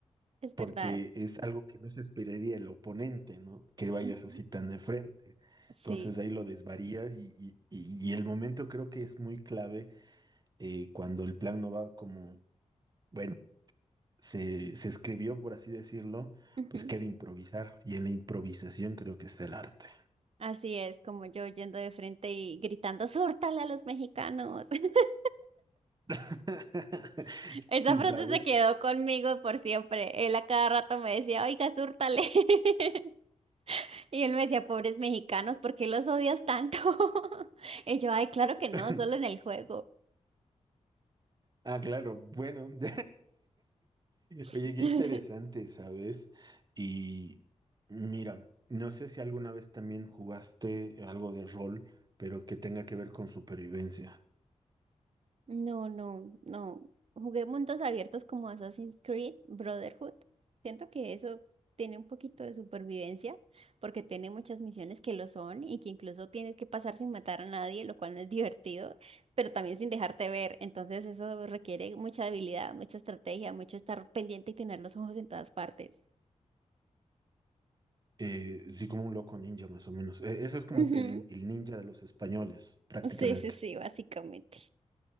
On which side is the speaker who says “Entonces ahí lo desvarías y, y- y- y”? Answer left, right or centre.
Right